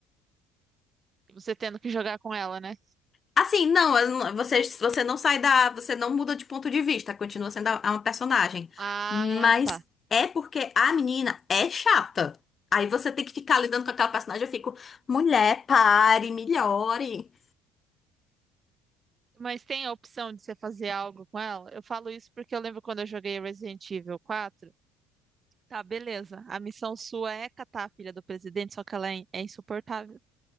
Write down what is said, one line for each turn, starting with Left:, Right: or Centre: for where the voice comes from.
Right: Você tendo que jogar com ela, né?
Left: Assim, não, eu não- você, você não sai da. Você não muda de ponto de vista, continua sendo a- uma personagem.
Right: Ah,
Left: Mas
Right: tá.
Left: é porque a menina é chata. Aí você tem que ficar lidando com aquela personagem. Eu fico, mulher, pare, melhore.
Right: Mas tem a opção de você fazer algo com ela? Eu falo isso porque eu lembro quando eu joguei Resident Evil 4. Tá, beleza. A missão sua é catar a filha do presidente, só que ela é in- é insuportável.